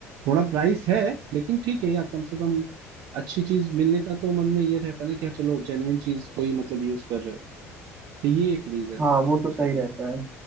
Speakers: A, on the right; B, on the right.
A: थोड़ा प्राइस है लेकिन ठीक है यार कम से कम अच्छी चीज मिलने का तो मन में ये रहता है ना कि हाँ चलो जेन्युइन चीज कोई मतलब यूज कर रहे हो तो ये एक रीजन
B: हाँ
A: है
B: वो तो सही रहता है